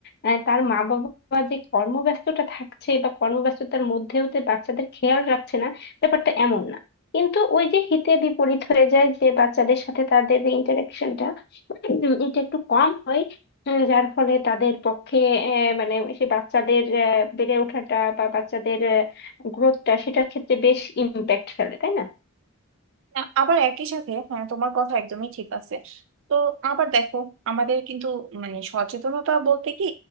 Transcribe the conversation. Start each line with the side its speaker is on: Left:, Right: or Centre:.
Left: আহ, তার মা বাবা যে কর্মব্যস্ততা থাকছে বা কর্মব্যস্ততার মধ্যেও যে বাচ্চাদের খেয়াল রাখছে না ব্যাপারটা এমন না কিন্তু ওই যে হিতে বিপরীত হয়ে যায় যে বাচ্চাদের সাথে তাদের যে ইন্টারাকশনটা এটা একটু কম হয় উম, যার ফলে তাদের পক্ষে আহ, মানে সে বাচ্চাদের আহ, বেড়ে ওঠাটা বা বাচ্চাদের গ্রোথটা সেটার ক্ষেত্রে বেশ ইম্প্যাক্ট ফেলে তাই না
Right: আ- আবার একই সাথে হ্যাঁ তোমার কথা একদমই ঠিক আছে তো আবার দেখো আমাদের কিন্তু মানে সচেতনতা বলতে কি